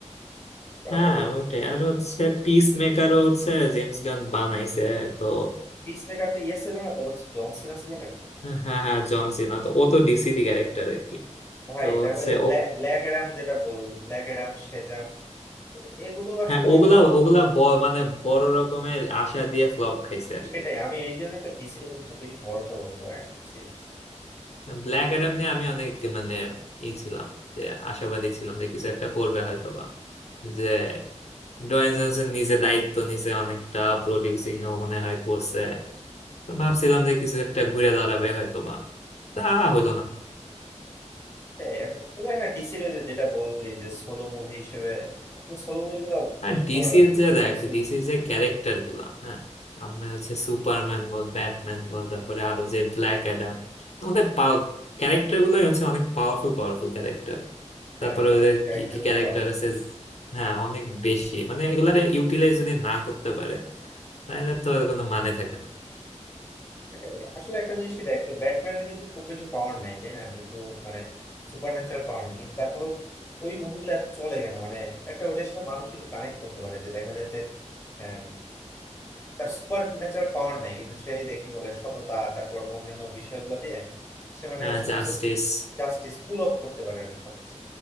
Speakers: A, on the left (about 20°); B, on the left (about 60°).
A: কারণ
B: হ্যাঁ
A: তোর
B: ওইটাই আর হচ্ছে পিস মেকারও হচ্ছে জেমস গান বানাইছে তো
A: পিস মেকার তো ইয়ে ছিল না তোর হচ্ছে জন সিনা ছিল নাকি
B: হ্যাঁ হ্যাঁ জন সিনা তো ও তো ডিসি দি ক্যারেক্টার আর কি
A: ভাই
B: তো
A: তারপরে
B: হচ্ছে
A: ব্ল্যাক ব্ল্যাক অ্যাডাম যেটা বল ব্ল্যাক অ্যাডাম সেজাম এগুলো আসলে
B: হ্যাঁ ওগুলা
A: মানে তো
B: ওগুলা ব- মানে বড় রকমের আশা দিয়ে ফ্লপ খাইছে আর
A: সেটাই
B: কি
A: আমি এই জন্যই তো ডিসির উপর খুব বেশি ভরসা করতে পারি না বুঝছিস
B: ব্ল্যাক অ্যাডাম নিয়ে আমি অনেক মানে ই ছিলাম যে আশাবাদী ছিলাম যে কিছু একটা করবে হয়তো বা যে ডয়েন জনসন নিজে দায়িত্ব নিছে অনেকটা প্রডিউসিং ও মনে হয় করছে তো ভাবছিলাম যে কিছু একটা ঘুরে দাঁড়াবে হয়তো বা তা হইলো না
A: সেটাই এখন তবে হ্যাঁ ডিসির ওই যে যেটা বললি যে সোলো মুভি হিসেবে আসলে সোলো মুভি গুলো
B: আর
A: বেশ
B: ডিসির
A: ভালো লাগে
B: যে
A: কিছু
B: দেখ
A: কিছু
B: ডিসির যে ক্যারেক্টার গুলা হ্যাঁ আমরা হচ্ছে সুপারম্যান বল ব্যাটম্যান বল তারপরে আরো যে ব্ল্যাক অ্যাডাম আমাদের ক্যারেক্টার গুলাই হচ্ছে অনেক পাওয়ারফুল পাওয়ারফুল ক্যারেক্টার
A: হ্যাঁ
B: তারপরে
A: ওদের
B: ওদের
A: ক্যারেক্টার
B: কি কি
A: গুলো
B: ক্যারেক্টার
A: পাওয়ারফুল
B: আছে হ্যাঁ অনেক বেশি মানে এগুলার ইউটিলাইজ যদি না করতে পারে তাহলে তো আর কোনো মানে থাকে না
A: সেটাই আসলে একটা জিনিস কি দেখ তো ব্যাটম্যান কিন্তু খুব বেশি পাওয়ার নাই তাই না কিন্তু মানে সুপার ন্যাচারাল পাওয়ার নাই কিন্তু তারপরেও ওই মুভিগুলো এত চলে কেন মানে একটা ওইটার সাথে মানুষ কিছু কানেক্ট করতে পারে যে দেখা যায় যে হ্যাঁ, তার সুপার ন্যাচারাল পাওয়ার নাই কিন্তু সে ওই যে কি বলে সততা তারপর অন্যান্য বিষয়গুলো দিয়ে সে মানে
B: হ্যাঁ
A: সবকিছু
B: জাস্টিস
A: জাস্টিস পুল অফ করতে পারে আর কি সবকিছু